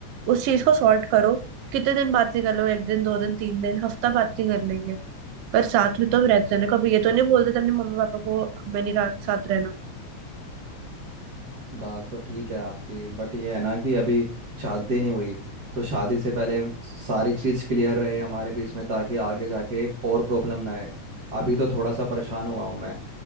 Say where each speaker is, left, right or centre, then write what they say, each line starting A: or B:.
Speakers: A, on the right; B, on the right.
A: उस चीज को सॉर्ट करो कितने दिन बात नहीं कर लो एक दिन दो दिन तीन दिन हफ्ता बात नहीं कर लेंगे पर साथ में तो हम
B: अच्छा
A: रहते हैं ना कभी ये तो नहीं बोलते थे अपने मम्मी पापा को हमें नहीं रात साथ रहना
B: बात तो ठीक है आपकी बट ये है ना कि अभी शादी नहीं हुई तो शादी से पहले सारी चीज़ क्लियर रहे हमारे बीच में ताकि आगे जाके और प्रॉब्लम ना आए अभी तो थोड़ा सा परेशान हुआ हूँ मैं